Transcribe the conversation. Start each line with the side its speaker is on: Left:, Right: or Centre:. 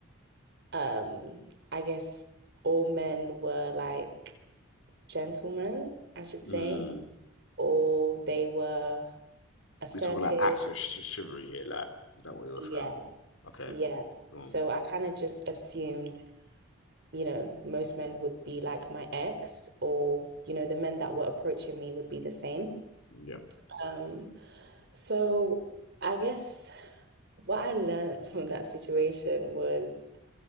Right: um, I guess all men were like gentlemen, I should say,
Left: Mm.
Right: or they were assertive.
Left: We're talking like acts of sh chivalry here. Like, is that what you're
Right: Yeah,
Left: referring for? Okay.
Right: yeah.
Left: Um,
Right: So I kind of just assumed you know, most men would be like my ex, or, you know, the men that were approaching me would be the same.
Left: yeah.
Right: Um, so I guess what I learned <laughs> from that situation was